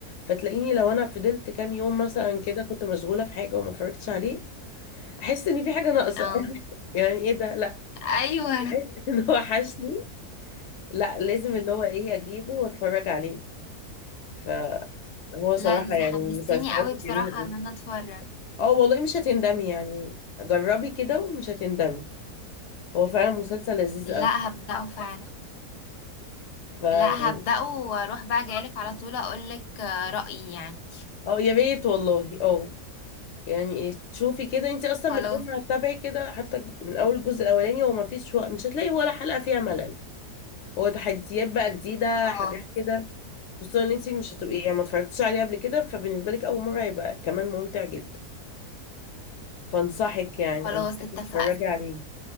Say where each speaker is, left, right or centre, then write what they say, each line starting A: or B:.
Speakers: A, on the left (about 55°); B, on the left (about 85°).
A: فتلاقيني لو انا فضلت كام يوم مثلا كده كنت مشغوله في حاجه وما اتفرجتش عليه احس ان في حاجه ناقصه
B: اه
A: <laughs> يعني ايه ده لا
B: ايوه
A: <laughs> ان هو وحشني لا لازم اللي هو ايه اجيبه واتفرج عليه فهو
B: لا
A: صراحه
B: انت
A: يعني
B: حمستيني
A: من المسلسلات
B: قوي
A: الجميله
B: بصراحه
A: أوي.
B: ان انا اتفرج
A: اه والله مش هتندمي يعني جربي كده ومش هتندمي هو فعلا مسلسل لذيذ
B: لا
A: قوي
B: هبدأه فعلا
A: فيعني
B: لا هبدأه واروح بقى جايلك على طول اقولك آه، رأيي يعني
A: اه يا ريت والله اه يعني ايه تشوفي كده انت اصلا
B: خلاص
A: من اول ما هتتابعي كده حتى من اول الجزء الاولاني هو ما فيش هو مش هتلاقي ولا حلقه فيها ملل هو تحديات بقى جديده
B: اه
A: حاجات كده خصوصا ان انت مش هتبقي يعني ما اتفرجتيش عليه قبل كده فبالنسبه لك اول مره هيبقى كمان ممتع جدا فانصحك يعني
B: خلاص
A: انصحك
B: اتفقنا
A: تتفرجي عليه